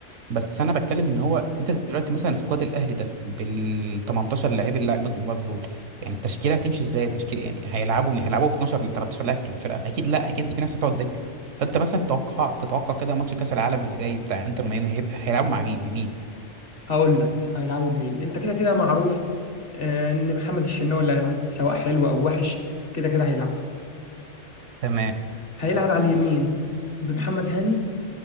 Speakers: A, on the right (about 80°); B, on the left (about 50°).
A: بس انا بتكلم ان هو انت دلوقتي مثلا سكواد الاهلي ده بال 18 لعيب اللي اجمد من بعض دول يعني التشكيله هتمشي ازاي تشكيل يعني هيلعبوا مين هيلعبوا ب 12 ل 13 لاعب في الفرقه اكيد لا اكيد في ناس هتقعد دكه فانت مثلا تتوقع تتوقع كده ماتش كاس العالم اللي جاي بتاع انتر ميامي هيبقى هيلعبوا مع مين بمين
B: هقول لك هيلعبوا بمين انت كده كده معروف آه، ان محمد الشناوي اللي هيلعب سواء حلو او وحش كده كده هيلعب
A: تمام
B: هيلعب على اليمين بمحمد هاني